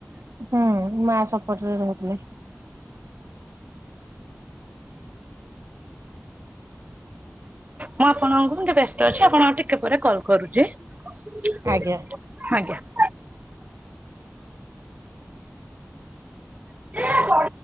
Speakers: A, on the right; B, on the right.
A: ହୁଁ ମା ସପଟରେ ରହୁଥିଲେ।
B: ମୁଁ ଆପଣଙ୍କୁ ଟିକେ ବ୍ୟସ୍ତ ଅଛି। ଆପଣଙ୍କୁ ଟିକେ ପରେ କଲ୍ କରୁଛି।
A: ଆଜ୍ଞା।
B: ଆଜ୍ଞା। ଆଜ୍ଞା।